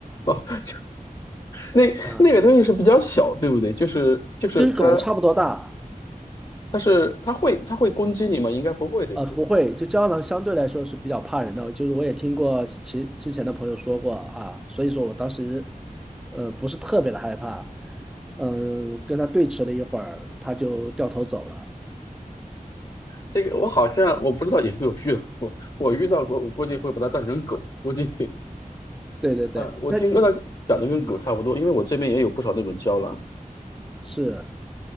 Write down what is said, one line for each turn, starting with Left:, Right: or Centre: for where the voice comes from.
Left: <laughs> 那那个东西是比较小，
Centre: 啊
Left: 对不对？就是就是它
Centre: 跟狗差不多大，
Left: 它是它会它会攻击你吗？应该不会，对不对？
Centre: 呃，不会，就胶囊相对来说是比较怕人的，就是我也听过其之前的朋友说过啊，所以说我当时，呃，不是特别的害怕，嗯，跟它对峙了一会儿，它就掉头走了。
Left: 这个我好像我不知道有没有遇到过，我遇到过，我估计会把它当成狗，估计
Centre: 对对对，
Left: 呃，我听说它长得跟狗差不多，
Centre: 那嗯
Left: 因为我这边也有不少那种胶囊
Centre: 是，